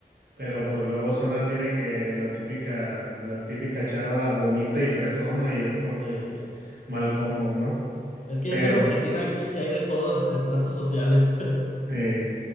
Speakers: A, on the right (about 65°); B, on the left (about 45°).
A: pero pues luego son así de que la típica, la típica chava bonita y fresona y es como
B: Eh,
A: que pues mal combo, ¿no?
B: es que
A: Pero,
B: eso es lo que tiene aquí, que hay de todos estratos sociales. <laughs>
A: eh,